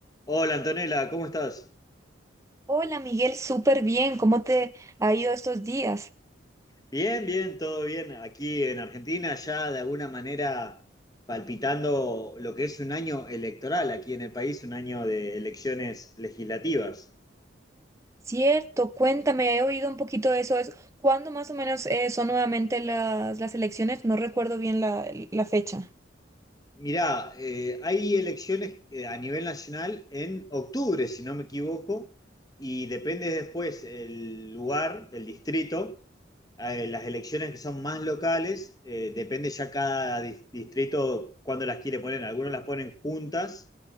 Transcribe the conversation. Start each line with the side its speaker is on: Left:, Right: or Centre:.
Left: Hola Antonella, ¿cómo estás?
Right: Hola Miguel, súper bien. ¿Cómo te ha ido estos días?
Left: Bien, bien, todo bien. Aquí en Argentina ya de alguna manera palpitando lo que es un año electoral aquí en el país, un año de elecciones legislativas.
Right: Cierto, cuéntame, he oído un poquito de eso. es- ¿Cuándo más o menos eh, son nuevamente las, las elecciones? No recuerdo bien la, la fecha.
Left: Mirá, eh, hay elecciones eh, a nivel nacional en octubre, si no me equivoco, y depende después el lugar, el distrito. eh, las elecciones que son más locales, eh, depende ya cada dis- distrito cuándo las quiere poner. Algunos las ponen juntas